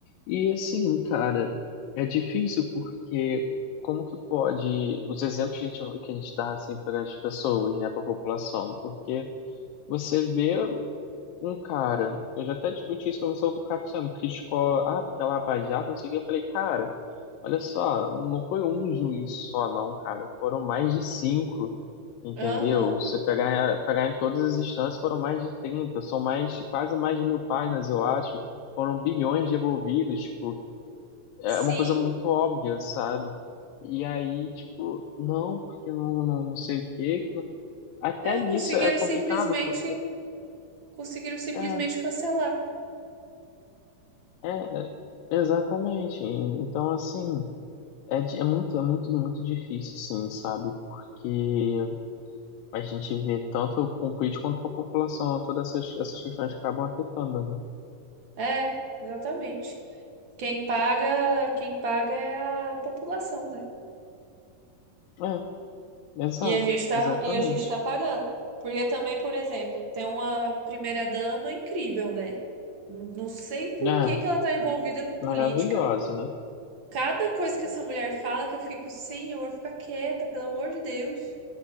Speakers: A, on the left (about 85°); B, on the right (about 45°).
A: E assim, cara, é difícil porque como que pode, os exemplos que a gente, que a gente dá assim para as pessoas, né, para a população, porque você vê um cara, eu já até discuti isso com você, o cara sabe, criticou, ah, porque ela é baixada, não sei o que, eu falei, cara. Olha só, não foi um juiz só, não, cara. Foram mais de cinco, entendeu?
B: Aham.
A: você pegar, pegar em todas as instâncias, foram mais de 30. são mais, quase mais de mil páginas, eu acho. Foram bilhões devolvidos, tipo, é
B: Sim,
A: uma coisa muito óbvia, sabe? E aí, tipo, não, porque não, não, não sei o quê. que não- Até
B: É,
A: nisso
B: conseguiram
A: é complicado,
B: simplesmente,
A: porque.
B: conseguiram simplesmente
A: É,
B: cancelar.
A: é, é, exatamente. Então, assim. É, di- é muito, é muito, muito difícil, sim, sabe? Porque a gente vê tanto com o político quanto com a população, todas essas, essas questões acabam afetando, né?
B: É, exatamente. Quem paga, quem paga é a população, né?
A: É, exato,
B: E a gente tá,
A: exatamente.
B: e a gente tá pagando. Porque também, por exemplo, tem uma primeira-dama incrível, né? Não sei por
A: É,
B: que que ela tá envolvida com
A: maravilhosa,
B: política.
A: né?
B: Cada coisa que essa mulher fala que eu fico, senhor, fica quieta, pelo amor de Deus.